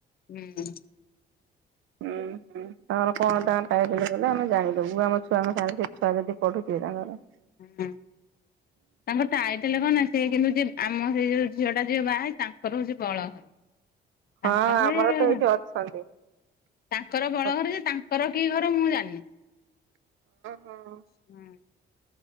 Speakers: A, on the left; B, on the right.
A: ହୁଁ।
B: ହୁଁ ହୁଁ। ତାଙ୍କର କଣ ତାଙ୍କ ଟାଇଟେଲ୍ କହିଲେ ଆମେ ଜାଣିଦବୁ, ଆମ ଛୁଆଙ୍କ ସାଙ୍ଗରେ ସେ ଛୁଆ ଯଦି ପଢୁଥିବେ ତାଙ୍କର।
A: ହୁଁ ତାଙ୍କର ଟାଇଟେଲେ କଣ ନା, ସେ କିନ୍ତୁ ଯିଏ ଆମ ସେଇ ଯୋଉ ଝିଅ ଟା ଯିଏ ବାହ ତାଙ୍କର ହଉଛି ବଳ ଘର।
B: ହଁ
A: ତାଙ୍କର
B: ଆମର
A: ଏ
B: ତ ଏଇଠି ଅଛନ୍ତି
A: ତାଙ୍କର ବଳ
B: ହଁ
A: ଘର ଯେ, ତାଙ୍କର କି ଘର ମୁଁ ଜାଣିନି।
B: ହଁ।
A: ହୁଁ।